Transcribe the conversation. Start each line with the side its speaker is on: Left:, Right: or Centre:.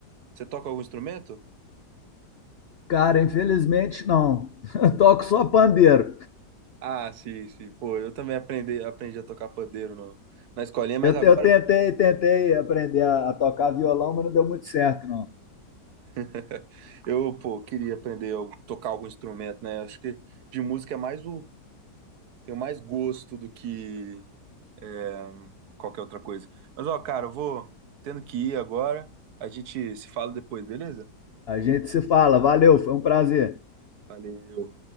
Right: Você toca algum instrumento?
Left: Cara, infelizmente não. <laughs> Eu toco só pandeiro.
Right: Ah, sim, sim. Pô, eu também aprendi, aprendi a tocar pandeiro no, na escolinha, mas
Left: Eu,
Right: agora
Left: te- eu tentei, tentei aprender a, a tocar violão, mas não deu muito certo, não.
Right: <laughs> eu, pô, queria aprender a tocar algum instrumento, né? Acho que de música é mais o. Tenho mais gosto do que é, qualquer outra coisa. Mas, ó, cara, eu vou tendo que ir agora. A gente se fala depois, beleza?
Left: A gente se fala. Valeu, foi um prazer.
Right: Valeu.